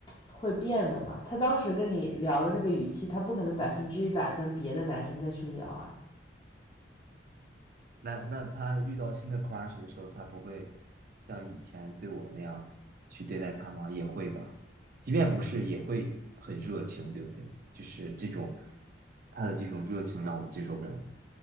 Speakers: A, on the left; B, on the right.
A: 会变的嘛。他当时跟你聊的那个语气，他不可能百分之一百跟别的男生再去聊啊。
B: 那那他遇到新的 crush 的时候，他不会像以前对我那样去对待他吗？也会吧，即便不是，也会很热情，对不对？就是这种他的这种热情让我接受不了。